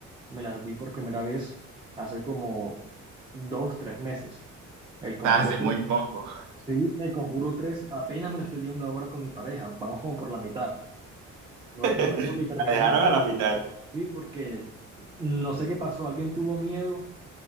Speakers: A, on the right (about 15°); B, on the right (about 85°).
A: me las vi por primera vez hace como dos, tres meses. El Conjuro
B: Hace
A: tres
B: muy poco.
A: sí, el Conjuro 3 apenas me lo estoy viendo ahora con mi pareja. Vamos como por la mitad. No,
B: <laughs>
A: no lo hemos ni terminado.
B: La dejaron a la mitad.
A: Sí, porque no sé qué pasó. Alguien tuvo miedo